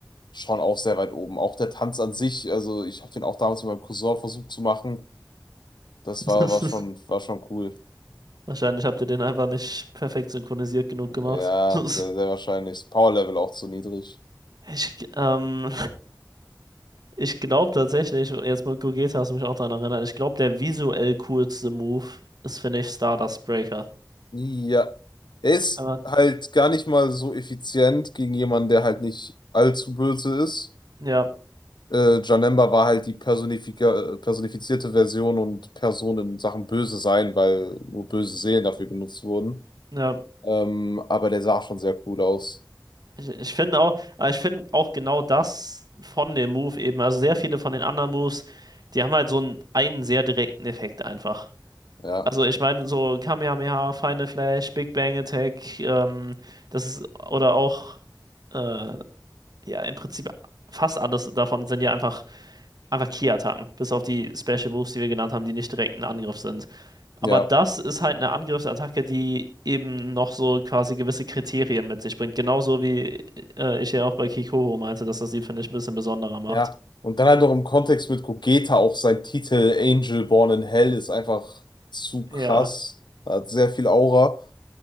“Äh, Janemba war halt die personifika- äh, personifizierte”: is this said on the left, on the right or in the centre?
Left